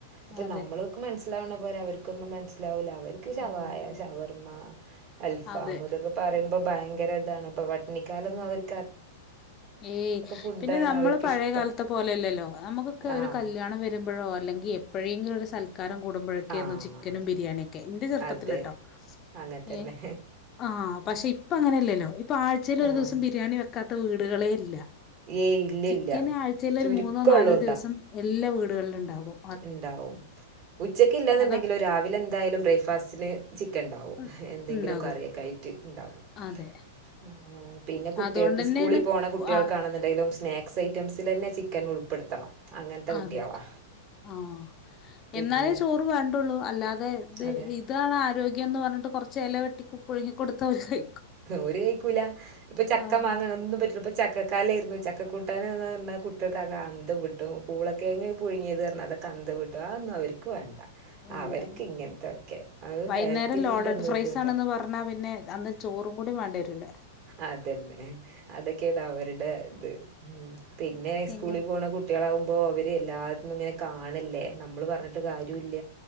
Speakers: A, on the right; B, on the left.
A: ഇപ്പൊ
B: അതെ
A: നമ്മൾക്ക് മനസ്സിലാവണ പോലെ അവർക്കൊന്നും മനസ്സിലാവില്ല അവർക്ക് ശവായ
B: ഉം
A: ഷവർമ്മ അൽഫാം
B: അതെ
A: ഇതൊക്കെ പറയുമ്പോ ഭയങ്കര ഇതാണ് ഇപ്പെ ഇണ്ണിക്കാലൊന്നും
B: ഉം
A: അവര്
B: ഏയ്
A: ഫുഡാണ്
B: പിന്നെ നമ്മള്
A: അവർക്കിഷ്ടം
B: പഴയ കാലത്തെ പോലെയല്ലല്ലോ നമുക്കൊക്കെ ഒരു
A: ആഹ്
B: കല്യാണം വരു എപ്പോഴോ അല്ലെങ്കി എപ്പഴെങ്കിലും ഒരു സ്ഥലത്ത് കാരം കൂടുമ്പോഴൊക്കെയെന്നും
A: ആഹ്
B: ചിക്കനും ബിരിയാണിയൊക്കെ എന്റെ ചെറുപ്പത്തിലെട്ടോ
A: അതെ അങ്ങൻതന്നെ
B: ഏഹ് ആഹ് പക്ഷെ ഇപ്പ അങ്ങനെയല്ലല്ലോ ഇപ്പൊ ആഴ് ഇതിലെ ഒരു
A: ആഹ്
B: ദിവസം ബിരിയാണി വെക്കാത്ത വീടുകളേയില്ല
A: ഏയ് ഇല്ലില്ല
B: ചിക്കന് ആഴ്ചയിൽ
A: ചുരുക്കൊള്ളൂ
B: ഒരു മൂന്നോ നാലോ ദിവസം എല്ലാ വീടുകളിലും ഒണ്ടാവും
A: ഉണ്ടാവും ഉച്ചക്ക് ഇല്ല എന്നുണ്ടെങ്കിലോ
B: അതാ
A: രാവിലെ എന്തായാലും ബ്രേക്ക്ഫാസ്റ്റിന് ചിക്കൻ ഉണ്ടാവും
B: ഉ-
A: എന്തെങ്കിലും
B: ഉണ്ടാകും
A: കറിയൊക്കെ ആയി റ്റ് ഇണ്ടാവും
B: അതെ
A: ആഹ് പിന്നെ കുട്ടികൾക്ക്
B: അതുകൊണ്ട് തന്നെയാണ്
A: സ്കൂളിൽ പോണ കുട്ടികൾക്കാണെന്നുണ്ടെങ്കിലും
B: ആഹ്
A: സ്നാക് <unintelligible> ഐറ്റംസിൽ തന്നെ ചിക്കൻ ഉൾപ്പെടുത്തണം അങ്ങനത്തെ കുട്ടികളാ
B: അതെ ആഹ്
A: പിന്നെ
B: എന്നാലേ ചോറ് വേണ്ടുള്ളൂ അല്ലാതെ ഇത്
A: അതെ
B: ഇ ഇതാണ് ആരോഗ്യം എന്ന് പറഞ്ഞിട്ട് കെറച്ച് എല വെട്ടിക്കു പുഴുങ്ങി കൊടുത്താ <unintelligible>
A: ഒരു കഴിക്കൂല ഇപ്പൊ ചക്ക,
B: ആഹ്
A: മാങ്ങാ, ഒന്നും പറ്റുലാ ചക്ക കലായായിരുന്നു. ചക്ക കൂട്ടാനൻ എന്ന് പറഞ്ഞ കു കുട്ടകൾക്ക് അങ്ങ് അന്തംവിട്ട് പുളകിഴങ്ങ് പുഴുങ്ങിയത് പറഞ്ഞ അതൊക്കെ അന്തംവിട്ട് അതൊന്ന് അവരി ക്ക് വേണ്ട
B: വേണ്ട
A: അവർക്ക് ഇങ്ങനത്തൊക്കെ,
B: വൈകുന്നേരം
A: ഹെൽത്തി ഫുഡ്
B: ലോഡഡ്
A: ഒന്നു
B: ഫ്രൈസ്
A: വേണ്ട.
B: ആണെന്ന് പറഞ്ഞാ പിന്നെ അന്ന് ചോറും കൂടി വേണ്ടി വരൂല്ല.
A: അതന്നെ അതൊക്കെയാണ് അവരുടെ ഇത് പിന്നെ സ്കൂളിൽ
B: എങ്ങെ
A: പോണ കുട്ട കുട്ടികളാവുമ്പോ അവര് എല്ലാന്നും ഇങ്ങനെ കാണല്ലേ, നമ്മള് പറഞ്ഞിട്ട് കാര്യം ഇല്ല.